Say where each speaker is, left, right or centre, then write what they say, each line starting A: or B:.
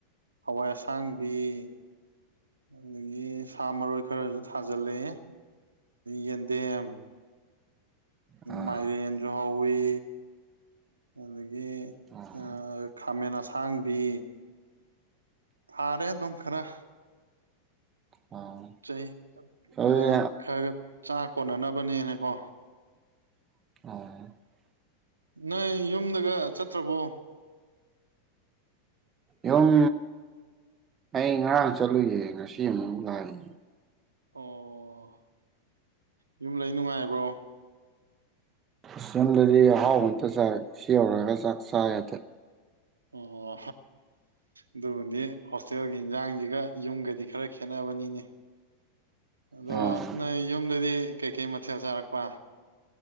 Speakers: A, on the right; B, on the right.
A: ꯍꯋꯥꯏ ꯑꯁꯥꯡꯕꯤ <inaudible> ꯑꯗꯒꯤ ꯁꯥ ꯃꯔꯣꯏ ꯈꯔꯁꯨ ꯊꯥꯖꯤꯜꯂꯦ ꯌꯦꯟꯗꯦꯝ
B: ꯑꯥ
A: ꯃꯥꯏꯔꯦꯟꯖꯨ ꯍꯧ ꯋꯤ ꯑꯗꯒꯤ
B: ꯑꯥ
A: ꯑ ꯈꯥꯃꯦꯟ ꯑꯁ ꯁꯥꯡꯕꯤ ꯊꯥꯔꯦ ꯑꯗꯨꯝ ꯈꯔ
B: ꯑꯣ
A: ꯆꯍꯤ
B: ꯑꯗꯨꯗꯤ
A: ꯑ ꯈꯔꯒ ꯆꯥꯛ ꯀꯣꯟꯅꯅꯕꯅꯦꯅꯀꯣ
B: ꯑ
A: ꯅꯣꯏ ꯌꯨꯝꯗꯒ ꯆꯠꯇ꯭ꯔꯕꯣ
B: ꯌꯨꯝ ꯑꯩ ꯉꯔꯥꯡ ꯆꯠꯂꯨꯌꯦ ꯉꯁꯤ ꯑꯃꯨꯛ ꯂꯥꯛꯏ
A: ꯑꯣ ꯌꯨꯝ ꯂꯩ ꯅꯨꯡꯉꯥꯏ ꯕ꯭ꯔꯣ
B: ꯑꯁꯨꯝꯗꯗꯤ ꯑꯍꯥꯎ ꯑꯝꯇ ꯆꯥꯏ ꯁꯤ ꯌꯧꯔꯒ ꯆꯥꯛ ꯆꯥ ꯌꯥꯗꯦ
A: ꯑꯣ ꯑꯗꯨꯕꯨꯗꯤ ꯍꯣꯁꯇꯦꯜꯒꯤ ꯏꯟꯁꯥꯡꯁꯤꯒ ꯌꯨꯝꯒꯗꯤ ꯈꯔ ꯈꯦꯠꯅꯕꯅꯤꯅꯦ ꯑꯗꯣ
B: ꯑꯥ
A: ꯅꯣꯏ ꯌꯨꯝꯗꯗꯤ ꯀꯩꯀꯩ ꯃꯊꯦꯜ ꯆꯥꯔꯛꯄ